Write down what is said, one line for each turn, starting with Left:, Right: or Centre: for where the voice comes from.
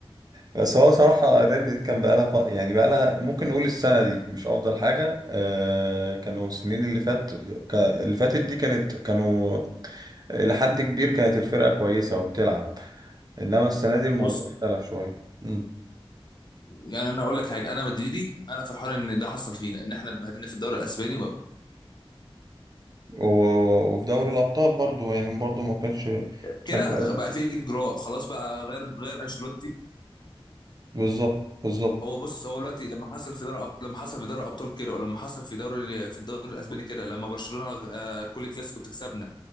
Right: بس هو صراحة ريال مدريد كان بقالها ف... يعني بقالها ممكن نقول السنة دي مش أفضل حاجة آه كانوا السنين اللي فات ك... اللي فاتت دي كانت كانوا إلى حد كبير كانت الفرقة كويسة وبتلعب إنما السنة دي الموضوع
Left: بص
Right: اختلف شوية مم.
Left: يعني انا هقول لك حاجه انا مدريدي انا فرحان ان ده حصل فينا ان احنا اتبهدلنا في الدوري الاسباني و-
Right: و- وفي دوري الأبطال برضو يعني برضو ما كانش <laughs>
Left: كده بقى في اجراء خلاص بقى غير غير انشيلوتي
Right: بالظبط بالظبط
Left: هو بص هو دلوقتي لما حصل في دوري أب- لما حصل في دوري الابطال كده ولما حصل في دوري في الدوري الاسباني كده لما برشلونه آه، كل كلاسيكو بتكسبنا